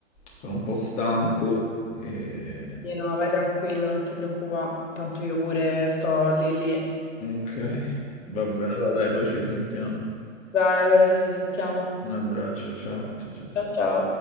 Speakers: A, on the left; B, on the left.
A: sono un po' stanco e...
B: Sì, No, vai tranquillo, non ti preoccupa, tanto io pure sto lì lì.
A: Ok, va bene, allora dai, poi ci risentiamo.
B: Dai, allora ci risentiamo.
A: Un abbraccio, ciao, ciao, ciao, ciao.
B: Ciao ciao.